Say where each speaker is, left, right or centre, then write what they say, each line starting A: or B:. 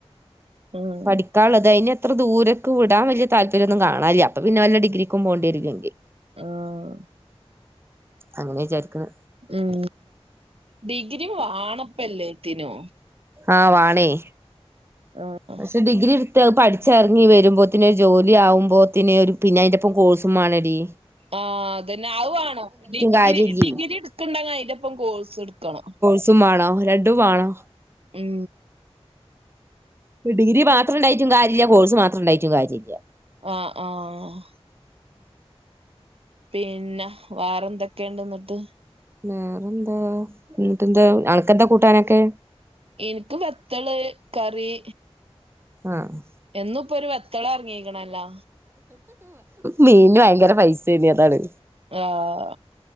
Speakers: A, on the right; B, on the right.
A: ആഹ്
B: പഠിക്കാള്ളത് അയിനെ അത്ര ദൂരക്ക് വിടാൻ വല്യ താല്പര്യോന്നും കാണാല്ല്യ അപ്പ പിന്നെ വല്ല ഡിഗ്രിക്കും പോണ്ടേരുല്ലെങ്കി.
A: ആഹ്
B: അങ്ങ് വിചാരിക്ക്ണ്
A: ഉം ഡിഗ്രി വാണപ്പല്ലേത്തിനു.
B: ആഹ് വാണേയ്
A: ആഹ്.
B: പക്ഷെ ഡിഗ്രിട്ത്ത് അത് പഠിച്ചെറങ്ങി വരുമ്പോത്തിനൊരു ജോലിയാകുമ്പോത്തിന് ഒര് പിന്നെ അയിന്റെ. ഇപ്പോ കോഴസുംമാണടീ
A: ആഹ് അതന്നെ അവു വാണം ഡിഗ്രി
B: കാര്യല്ലേ
A: ഡിഗ്രി ഇടുക്കണ്ണ്ടങ്കി അതിന്റെപ്പം കോഴ്സുട്ക്കണം.
B: സും വാണം രണ്ടും വാണം
A: ഉം
B: ഇപ്പോ ഡിഗ്രി മാത്രംണ്ടായിട്ടു കാര്യല്ല കോഴ്സ് മാത്രം ഉണ്ടായിട്ടു കാര്യല്ല
A: ആഹ് ആഹ് പിന്നെ വാറെന്തൊക്കെയ്ണ്ട് ന്നിട്ട്
B: വേറെന്താ ഉം ന്നിട്ടെന്താ അണക്കെന്താ കൂട്ടാനൊക്കെ?
A: ഇൻക്ക് വത്തള് കറി.
B: ആഹ്
A: എന്നുപ്പൊരു വത്തളറങ്ങിക്കണല്ലോ
B: മീനിന് വയങ്കര പൈസേന്ന് അതാണ്.
A: ആഹ്